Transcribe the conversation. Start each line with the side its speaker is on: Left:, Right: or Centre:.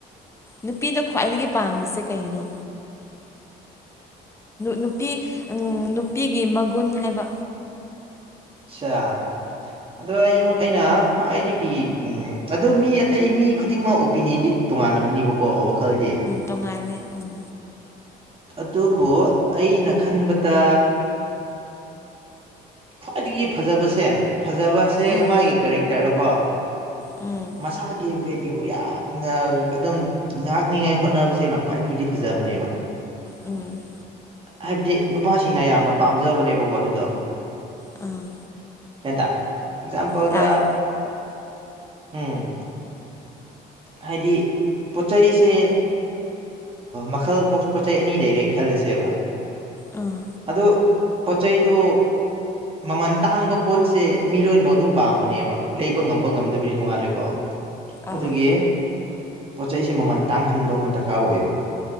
Left: ꯅꯨꯄꯤꯗ ꯈ꯭ꯋꯥꯏꯗꯒꯤ ꯄꯥꯝꯕꯁꯦ ꯀꯩꯅꯣ ꯅꯨꯄꯤ ꯅꯨꯄꯤꯒꯤ ꯃꯒꯨꯟ ꯍꯥꯏꯕ
Right: ꯑꯆꯥ ꯑꯗꯣ ꯑꯩꯉꯣꯟ ꯑꯩꯅ ꯈ꯭ꯋꯥꯏꯗꯒꯤ ꯑꯗꯨ ꯃꯤ ꯑꯇꯩ ꯃꯤ ꯈꯨꯗꯤꯡꯃꯛ ꯑꯣꯄꯤꯅꯤꯌꯟꯗꯤ ꯇꯣꯉꯥꯜꯂꯝꯒꯅꯤꯕꯀꯣ ꯋꯥꯈꯜꯗꯤ
Left: ꯇꯣꯡꯉꯥꯏꯂꯦ ꯎꯝ
Right: ꯑꯗꯨꯕꯨ ꯑꯩꯅ ꯈꯟꯕꯗ ꯈ꯭ꯋꯥꯏꯗꯒꯤ ꯐꯖꯕꯁꯦ ꯐꯖꯕꯁꯦ
Left: ꯎꯝ
Right: ꯃꯥꯒꯤ ꯀꯦꯔꯦꯛꯇꯔꯗꯀꯣ
Left: ꯎꯝ
Right: ꯃꯁꯥꯒꯤ ꯕꯦꯂꯌꯨ ꯌꯥ ꯑꯗꯨꯝ ꯉꯥꯛꯅꯤꯉꯥꯏ ꯍꯣꯠꯅꯕꯁꯦꯡꯅ ꯈ꯭ꯋꯥꯏꯗꯒꯤꯗꯤ ꯐꯖꯕꯅꯦꯕ
Left: ꯎꯝ
Right: ꯍꯥꯏꯕꯗꯤ ꯅꯨꯄꯥꯁꯤꯡꯅ ꯌꯥꯝꯅ ꯄꯥꯝꯖꯕꯅꯦꯕꯀꯣ ꯑꯗꯨꯗꯣ
Left: ꯑꯥ
Right: ꯆ ꯇꯥꯕ꯭ꯔꯥ ꯑꯦꯛꯖꯥꯝꯄꯜꯗ
Left: ꯇꯥꯏ
Right: ꯎꯝ ꯍꯥꯏꯗꯤ ꯄꯣꯠꯆꯩꯁꯦ ꯃꯈꯜ ꯄꯣꯠꯆ ꯆꯩ ꯑꯅꯤ ꯂꯩꯔꯦ ꯈꯜꯂꯁꯦꯕ
Left: ꯑꯥ
Right: ꯑꯗ ꯄꯣꯠ ꯆꯩꯗꯨ ꯃꯃꯜ ꯇꯥꯡꯕ ꯄꯣꯠꯁꯦ ꯃꯤ ꯂꯣꯏꯅꯃꯛ ꯑꯗꯨꯝ ꯄꯥꯝꯕꯅꯦꯕ ꯂꯩꯕ ꯉꯝꯕ ꯉꯝꯗꯕꯁꯨ ꯇꯣꯡꯉꯥꯜꯂꯦꯀꯣ ꯑꯗꯨꯒꯤ
Left: ꯑꯥ
Right: ꯄꯣꯠ ꯆꯩꯩꯁ ꯃꯃꯜ ꯇꯥꯡꯍꯟꯕ ꯑꯃ ꯗꯔꯀꯥꯔ ꯑꯣꯏꯌꯦꯕ